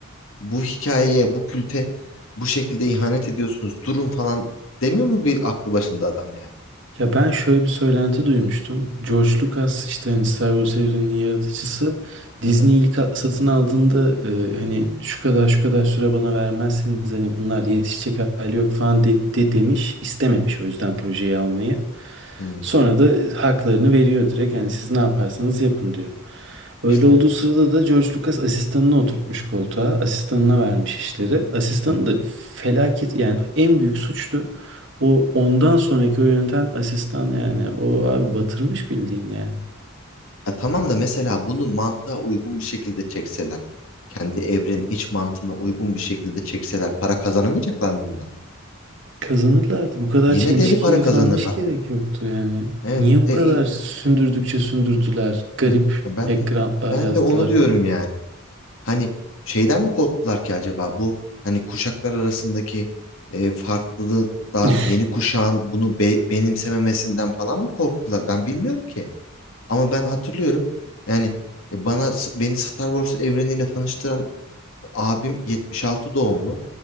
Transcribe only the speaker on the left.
bu hikayeye, bu külte bu şekilde ihanet ediyorsunuz. Durun falan demiyor mu bir aklı başında adam yani?
Hı hı.
Hı.
İşte.
Hı hı.
E, tamam da mesela bunu mantığa uygun bir şekilde çekseler, kendi evrenin iç mantığına uygun bir şekilde çekseler para kazanamayacaklar mı bundan.
Y-
Yine
deli para kazanırlar.
Evet,
de,
in-
Hı, ben
de ben
de onu diyorum
yani. Hani şeyden mi korktular ki acaba bu hani kuşaklar arasındaki e, farklılıkta
yeni kuşağın bunu be- benimsememesinden falan mı korktular? Ben bilmiyorum ki. Ama ben hatırlıyorum. Yani e, Bana beni Star Wars evreniyle tanıştıran Abim 76 doğumlu.